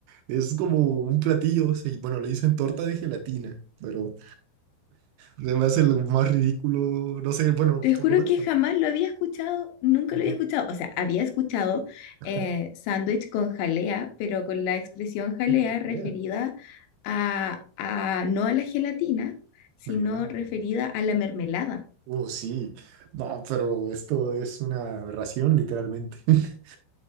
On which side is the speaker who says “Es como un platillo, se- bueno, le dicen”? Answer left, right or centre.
Right